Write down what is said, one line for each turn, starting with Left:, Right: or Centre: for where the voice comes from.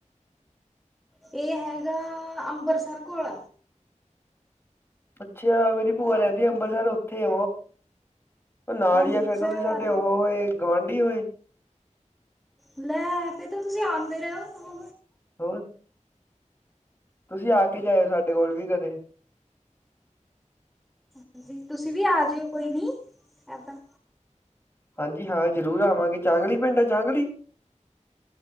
Centre: ਇਹ ਹੈਗਾ ਅੰਬਰਸਰ ਕੋਲ
Left: ਅੱਛਾ ਮੇਰੀ ਭੂਆ ਰਹਦੀ ਆ ਅੰਮ੍ਰਰਤਸਰ ਉੱਥੇ ਨਾਲ
Centre: ਅੱਛਾ
Left: ਹੀ ਆ ਫੇਿਰ ਤਾਂ ਤੁਸੀਂ ਸਾਡੇ ਉਹ ਹੋਏ ਗੁਵਾਂਢੀ ਹੋਏ
Centre: ਲੈ ਫੇਰ ਤਾਂ ਤੁਸੀਂ ਆਉਂਦੇ ਰਹੇ ਹੋ
Left: ਹੋਰ ਤੁਸੀਂ ਆ ਕੇ ਜਾਇਓ ਸਾਡੇ ਕੋਲ ਵੀ ਕਦੇ
Centre: ਹਾਂਜੀ ਤੁਸੀਂ ਵੀ ਆ ਜਿਓ ਕੋਈ ਨੀ ਹੈ ਤਾਂ
Left: ਹਾਂਜੀ ਹਾਂ ਜ਼ਰੂਰ ਆਵਾਂਗੇ ਚਾਂਗਲੀ ਪਿੰਡ ਹੈ ਚਾਂਗਲੀ